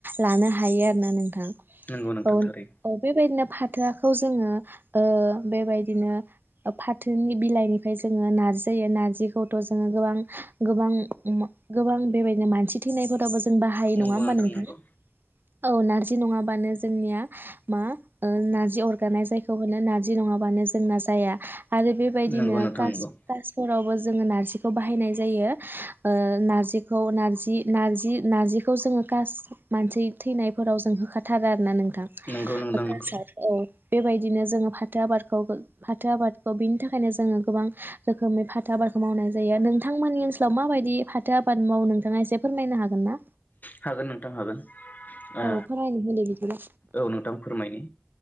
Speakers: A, on the right; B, on the left.
A: लानो हायो आरो ना नोंथां औ
B: नंगौ नोंथां थारैनो
A: औ बेबायदिनो फाथो <unintelligible> <unintelligible> जोङो ओ बेबायदिनो फाथोनि बिलाइनिफ्राय जोङो नारजि जायो नारजिखौथ' जोङो गोबां गोबां गोबां बेबायदिनो मानसि थैनायफोरावबो जों बाहाय
B: नंगौ
A: नङा होमबा नोंथां
B: नंगौ
A: औ नारजि नङाबानो जोंनिया मा नारजि अरगानाय जायखौ मोनो नारजि नङाबानो जोंना जाया आरो बेबायदिनो
B: नंगौ नोंथां
A: कास
B: नंगौ
A: कासफरावबो जोङो नारजिखौ बाहायनाय जायो ओ नारजिखौ नारजि नारजि नारजिखौ जों काश मानसि थैनाय फोराव जों होखाथारो आरो नोंथां
B: नंगौ नोंथां
A: <unintelligible>
B: नंगौ
A: <unintelligible> औ बेबायदिनो जोङो फाथो आबादखौ फाथो आबादखौ बिनि थाखायनो जोङो गोबां रोखोमै फाथो आबादखौ मावनाय जायो नोंथांमोननि ओनसोलाव माबायदि फाथो आबाद मावो नोंथाङा एसे फोरमायनो हागोन ना
B: हागोन नोंथां हागोन ओ
A: औ फोरमायनो होदो बिदिब्ला
B: औ नोंथां फोरमायनि